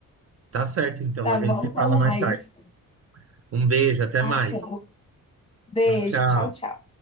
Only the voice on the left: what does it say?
Tá
bom,
até
mais.
Tá
bom. Beijo,
tchau, tchau.